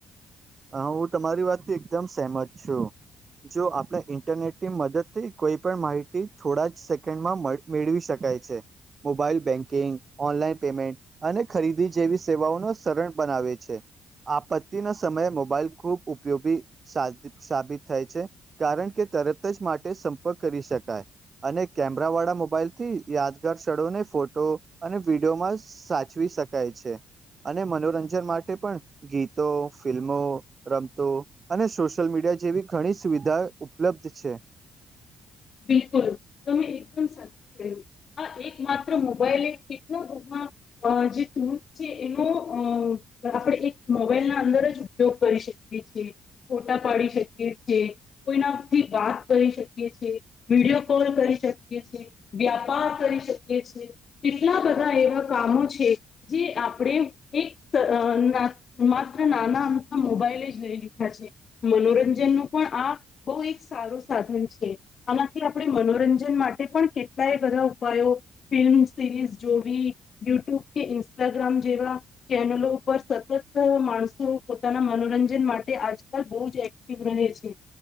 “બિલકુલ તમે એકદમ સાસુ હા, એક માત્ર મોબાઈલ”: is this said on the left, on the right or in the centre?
Left